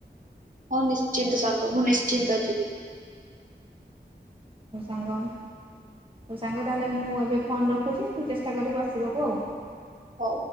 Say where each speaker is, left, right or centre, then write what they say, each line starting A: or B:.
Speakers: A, on the right; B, on the right.
A: ହଁ ନିଶ୍ଚିନ୍ତ ସାଙ୍ଗ ମୁଁ ନିଶ୍ଚିନ୍ତ ଯିବି।
B: ହଉ ସାଙ୍ଗ ହଉ ସାଙ୍ଗ ତାହେଲେ ମୁଁ ଏବେ ଫୋନ୍ ରଖୁଛି ତୁ ଚେଷ୍ଟା କରିବୁ ଆସିବାକୁ ଆଉ।
A: ହଉ।